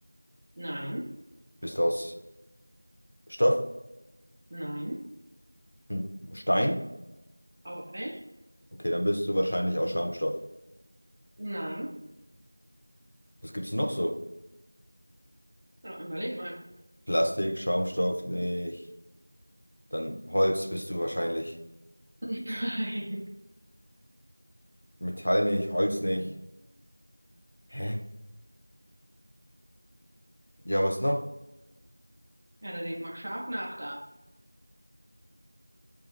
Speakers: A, on the right; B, on the left.
A: nein,
B: Bist du aus Stoff?
A: nein,
B: Hm. Stein?
A: auch nicht.
B: Okay, dann bist du wahrscheinlich aus Schaumstoff.
A: Nein.
B: Was gibt's noch so?
A: Ja, überleg mal.
B: Plastik, Schaumstoff nicht. Dann Holz bist du wahrscheinlich.
A: <laughs> Nein.
B: Metall nicht, Holz nicht. Hä? Ja, was noch?
A: Ja, da denk mal scharf nach da.